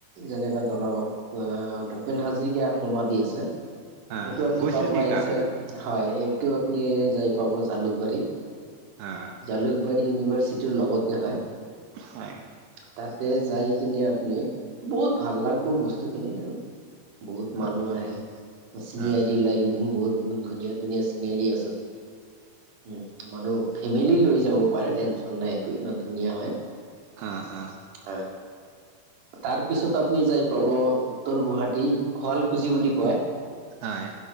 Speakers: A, on the right (about 60°); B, on the right (about 85°).
A: যেনেকৈ ধৰক ভূপেন হাজৰিক সোমা দি আছে
B: হা
A: এইটো
B: হা
A: আপুনি
B: গৈছিল
A: প
B: নেকি
A: পাই
B: তাত
A: আছে হয় এই তো আপুনি যাই পাব জালুকবাৰী,
B: হা
A: জালুকবাৰী ইউনিভাৰচিটিৰ লগতে হয় ত
B: হয়
A: তাতে যাই কিনে আপুনি বহুত ভাল লাগিব বস্তুখিনি আৰু বহুত
B: অ
A: মানুহ আহে চিনিয়াৰী
B: অ অ
A: লাইক বহুত ধুনীয়া ধুনীয়া চিনিয়াৰী আছে তাতে উ মানুহ ফেমিলি লৈ যাব পাৰে টেনচন চ নাই আৰু ইমান ধুনীয়া হয়
B: অ অ অ
A: তাৰ পিছত আপুনি যাই পাব উত্তৰ গুৱাহাটী শুৱালকুছি বুলি কয়
B: হয়